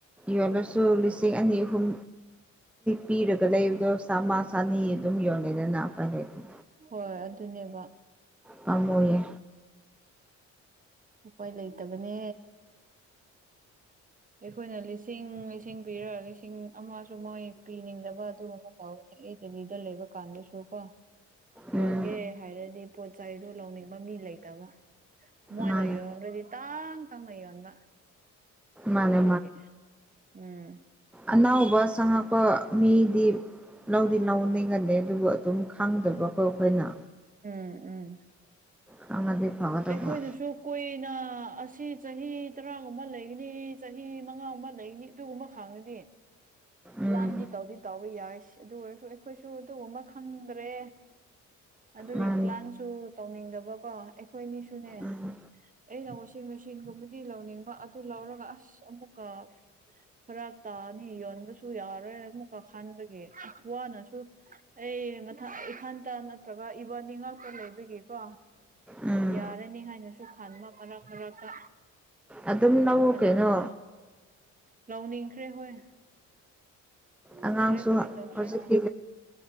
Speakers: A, in the centre; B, on the right.
A: ꯌꯣꯜꯂꯁꯨ ꯂꯤꯁꯤꯡ ꯑꯅꯤ ꯑꯍꯨꯝ ꯄꯤꯔꯒ ꯂꯩꯕꯗꯣ ꯁꯥꯃ ꯁꯥꯅꯤ ꯑꯗꯨꯝ ꯌꯣꯜꯂꯦꯗꯅ ꯅꯥꯄꯔꯗꯤ
B: ꯍꯣꯏ ꯑꯗꯨꯅꯦꯕ
A: ꯄꯝꯃꯏ
B: ꯎꯈꯣꯏ ꯂꯩꯇꯕꯅꯦ ꯑꯩꯈꯣꯏꯅ ꯂꯤꯁꯤꯡ ꯂꯤꯁꯤꯡ ꯄꯤꯔꯒ ꯂꯤꯁꯤꯡ ꯑꯃꯁꯨ ꯃꯣꯏ ꯄꯤꯅꯤꯡꯗꯕ ꯑꯗꯨꯒꯨꯝꯕ ꯇꯧꯋꯅꯦ ꯑꯩ ꯗꯦꯜꯂꯤꯗ ꯂꯩꯕ ꯀꯥꯟꯗꯁꯨ ꯀꯣ
A: ꯎꯝ
B: ꯌꯣꯟꯒꯦꯔꯦ ꯍꯥꯏꯔꯗꯤ ꯄꯣꯠ ꯆꯩꯗꯨ ꯂꯧꯅꯤꯡꯕ ꯃꯤ ꯂꯩꯇꯕ ꯃꯣꯏꯅ
A: ꯃꯥꯅꯦ
B: ꯌꯣꯟꯗ꯭ꯔꯗꯤ ꯇꯥꯡ ꯇꯪꯅ ꯌꯣꯟꯕ
A: ꯃꯥꯅꯦ
B: ꯑꯗꯨꯒꯤ ꯎꯝ
A: ꯑꯅꯕ ꯆꯪꯉꯛꯄ ꯃꯤꯗꯤ ꯂꯧꯗꯤ ꯂꯧ ꯒꯅꯤ ꯑꯗꯨꯕꯨ ꯑꯗꯨꯝ ꯈꯪꯗꯕꯀꯣ ꯑꯩꯈꯣꯏꯅ
B: ꯎꯝ ꯎꯝ
A: ꯈꯪꯉꯗꯤ ꯐꯒꯗꯕ
B: ꯑꯩꯈꯣꯏꯅꯁꯨ ꯀꯣꯏꯅ ꯑꯁꯤ ꯆꯍꯤ ꯇꯔꯥꯒꯨꯝꯕ ꯂꯩꯒꯅꯤ ꯆꯍꯤ ꯃꯉꯥꯒꯨꯝꯕ ꯂꯩꯒꯅꯤ ꯑꯗꯨꯒꯨꯝꯕ ꯈꯥꯡꯉꯅꯤ ꯄ꯭ꯂꯥꯟꯗꯤ
A: ꯎꯝ
B: ꯇꯧꯗꯤ ꯇꯥꯎꯕ ꯌꯥꯏꯁ ꯑꯗꯨ ꯑꯣꯏꯔꯁꯨ ꯑꯩꯈꯣꯏꯁꯨ ꯑꯗꯨꯒꯨꯝꯕ ꯈꯪꯗ꯭ꯔꯦ ꯑꯗꯨꯒꯤ
A: ꯃꯥꯅꯤ
B: ꯄ꯭ꯂꯥꯟꯁꯨ ꯇꯧꯅꯤꯡꯗꯕꯀꯣ ꯑꯩꯈꯣꯏꯅꯤꯁꯨꯅꯦ
A: ꯎꯝ
B: ꯑꯩꯅ ꯋꯥꯁꯤꯡ ꯃꯦꯆꯤꯟꯒꯨꯝꯕꯗꯤ ꯂꯧꯅꯤꯡꯕ ꯑꯗꯨ ꯂꯧꯔꯒ ꯑꯁ ꯑꯃꯨꯛꯀ ꯐꯔꯥꯛ ꯇꯥꯅꯤ ꯌꯣꯟꯕꯁꯨ ꯌꯥꯔꯣꯏ ꯑꯃꯨꯛꯀ ꯈꯟꯕꯒꯤ ꯑ ꯋꯥꯅꯁꯨ ꯑꯩ ꯃꯊ ꯏꯊꯟꯇ ꯅꯠꯇ꯭ꯔꯒ ꯏꯕꯅꯤꯉꯥꯛꯇ ꯂꯩꯕꯒꯦꯀꯣ
A: ꯎꯝ
B: ꯌꯥꯔꯅꯤ ꯍꯥꯏꯅꯁꯨ ꯈꯟꯕ ꯃꯔꯛ ꯃꯔꯛꯇ
A: ꯑꯗꯨꯝ ꯂꯧꯋꯣ
B: ꯑꯗꯨꯅꯦ
A: ꯀꯩꯅꯣ
B: ꯂꯧꯅꯤꯡꯈ꯭ꯔꯦ ꯍꯣꯏ ꯈꯪꯗ꯭ꯔꯦ
A: ꯑꯉꯥꯡꯁꯨ
B: ꯀꯔꯤ ꯇꯧꯁꯤꯔ
A: ꯍꯧꯖꯤꯛꯇꯤ